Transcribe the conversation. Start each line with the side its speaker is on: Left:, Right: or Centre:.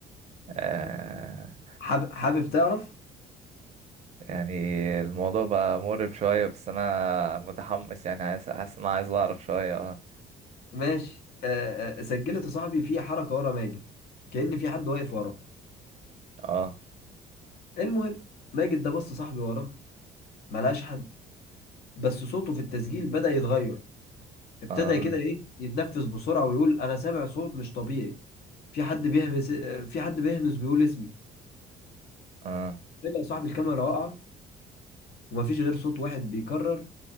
Right: آه
Left: حابب حابب تعرف
Right: يعني الموضوع بقى مقرب شوية بس أنا متحمس يعني عايز حاسس إن أنا عايز أعرف شوية اه
Left: ماشي آه آه، سجلت صاحبي في حركه ورا ماجد كأن في حد واقف وراه
Right: اه
Left: المهم ماجد ده بص صاحبي وراه ملهاش حد بس صوته في التسجيل بدأ يتغير ابتدى
Right: اه
Left: كده ايه يتنفس بسرعة ويقول انا سامع صوت مش طبيعي في حد بيهمس في حد بيهمس بيقول اسمي
Right: اه
Left: فجأة صاحب الكاميرا وقع ومفيش غير صوت واحد بيكرر